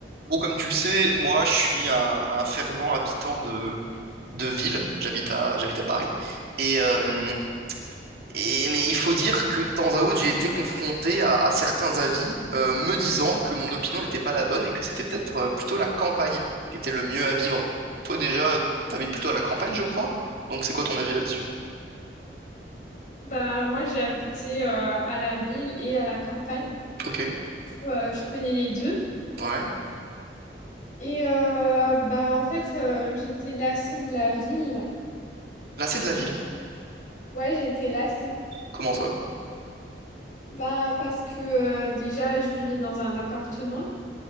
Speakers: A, on the right (about 55°); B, on the left (about 45°).
A: Bon, comme tu le sais, moi, je suis un, un fervent habitant de, de ville. J'habite à, j'habite à Paris. Et, euh, et, mais il faut dire que de temps à autre, j'ai été confronté à, à certains avis euh, me disant que mon opinion n'était pas la bonne et que c'était peut-être euh, plutôt la campagne qui était le mieux à vivre. Toi, déjà, t'habites plutôt à la campagne, je crois. Donc, c'est quoi ton avis là-dessus?
B: Bah, moi, j'ai habité euh, à la ville et à la campagne. Du
A: Ok,
B: coup, euh, je connais les deux.
A: ouais.
B: Et euh, bah, en fait, euh, j'ai été lassée de la ville.
A: Là, c'est de la ville.
B: Ouais, j'ai été lassée.
A: Comment ça?
B: Bah, parce que euh, déjà, je vivais dans un appartement.